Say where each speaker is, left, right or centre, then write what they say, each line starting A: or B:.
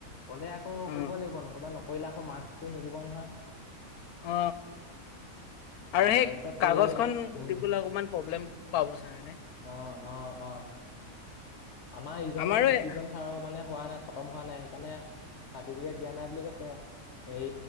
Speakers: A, on the left (about 50°); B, on the left (about 80°).
A: ক'লে আকৌ
B: অ
A: কৰিব লাগিব নহয়বা নকৰিলে আকৌ মাস্কটো নিদিব নহয়।
B: অ
A: অ
B: আৰু সেই
A: তাৰপিছত
B: কাগজখন
A: এইয়া
B: দিবলৈ
A: উম
B: অকণমান প্ৰব্লেম <unintelligible>
A: অ অ অ। আমাৰ ইজন
B: আমাৰো
A: ই
B: এ-
A: কেইজন মানে হোৱা নাই খতম হোৱা নাই সেইকাৰণে চাৰ্টিফিকেট দিয়া নাই বুলি কৈছে। সেই